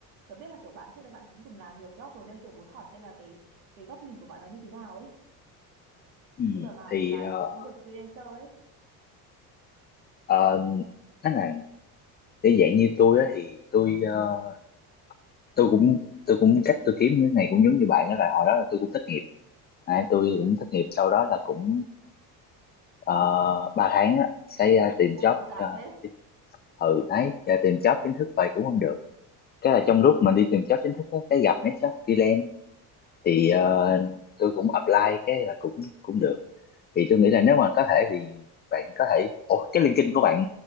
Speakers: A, on the right; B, on the left.
A: tớ biết là kiểu bạn trước đây bạn cũng từng làm nhiều job rồi nên kiểu muốn hỏi xem là cái cái góc nhìn của bạn nó như thế nào ấy.
B: Ừ,
A: khi mà mà
B: thì
A: mình làm
B: ờ,
A: công việc freelancer ấy
B: ờ, nói là để dạng như tôi á thì tôi ờ, tôi cũng tôi cũng cách tôi kiếm cái này cũng giống như bạn đó là hồi đó là tôi cũng thất nghiệp. À, tôi cũng thất nghiệp sau đó là cũng uh, 3 tháng á sẽ ờ, tìm
A: ôi
B: job
A: đồng cảm
B: ờ,
A: thế
B: ừ đấy giờ tìm job chính thức vậy cũng không được. Cái là trong lúc mà đi tìm job chính thức á, cái gặp mấy job freelance thì ờ, tôi cũng apply cái là cũng cũng được thì tôi nghĩ là nếu mà có thể thì bạn có thể Ủa, cái LinkedIn của bạn